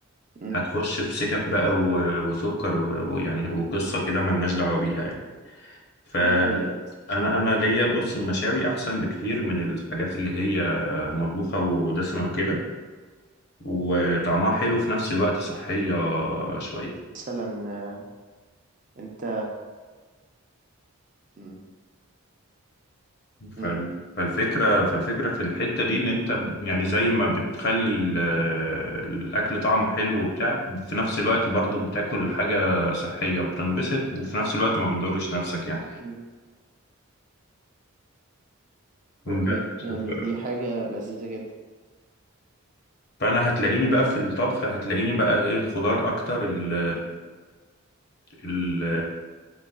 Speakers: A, on the right; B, on the left.
A: مم.
B: هتخش في سكك بقى و... وسكر و- ويعني وقصة كده ملناش دعوة بيها يعني فأنا
A: دي حقيقة
B: أنا ليا بص المشاوي أحسن بكتير من الحاجات اللي هي مطبوخة ودسمة وكده وطعمها حلو في نفس الوقت صحية شوية
A: مثلا آه، انت مم.
B: ف-
A: مم.
B: فالفكرة فالفكرة في الحتة دي إن أنت يعني زي ما بتخلي ال- الأكل طعمه حلو وبتاع في نفس الوقت برضو بتاكل حاجة صحية وبتنبسط وفي نفس الوقت ما بتضرش نفسك يعني
A: مم.
B: مم.
A: اوكي
B: بس
A: يعني
B: ف-
A: دي حاجة لذيذة جدا
B: فأنا هتلاقيني بقى في الطبخ هتلاقيني بقى إيه الخضار أكتر ال
A: مم.
B: ال